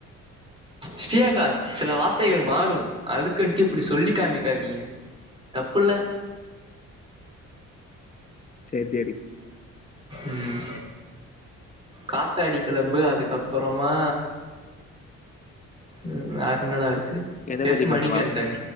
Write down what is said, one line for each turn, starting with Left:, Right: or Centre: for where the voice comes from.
Right: ஸ்ரீஆகாஷ் சில வார்த்தைகள் மாறும் அதுக்குன்ட்டு இப்டி சொல்லி காமிக்காதீங்க தப்புள்ள
Left: சேரி சேரி
Right: ம் காத்தாடி கிளப்பு அதுக்கப்பறமா ம் வேற என்னாடா இருக் கு
Left: எத
Right: எஸ்
Left: பத்தி
Right: மணிகண்டன்
Left: பேசலாம்